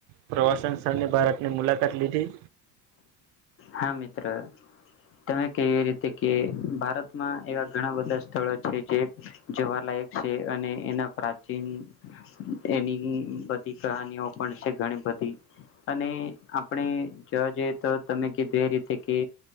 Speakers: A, on the right (about 75°); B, on the left (about 35°).
A: પ્રવાસન સ્થળની ભારતની મુલાકાત લીધી
B: હા મિત્ર તમે કેવી રીતે કે ભારતમાં એવા ઘણા બધા સ્થળો છે જે જોવાલાયક છે અને એના પ્રાચીન એની બધી કહાનીઓ પણ છે ઘણી બધી અને આપણે જોવા જઈએ તો તમે કીધું એ રીતે કે